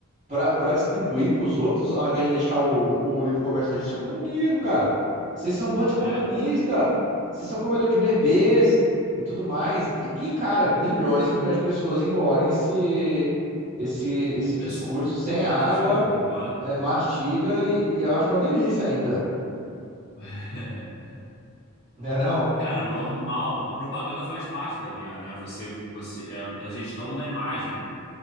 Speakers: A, on the right (about 30°); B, on the left (about 50°).
A: para distribuir para os outros, ao invés de deixar o, o livre comércio agir, isso é comunismo, cara. Vocês são um bando de comunista,
B: É.
A: vocês são comedor de bebês e tudo mais. E que, cara, milhões e milhões de pessoas engolem esse, esse, esse discurso
B: Essa,
A: sem
B: a narrativa,
A: água,
B: engole.
A: né, mastiga e, e eu acho uma delícia ainda,
B: <laughs>
A: né não?
B: Cara, normal. A propaganda faz parte da guerra, né? Você, você é da gestão da imagem.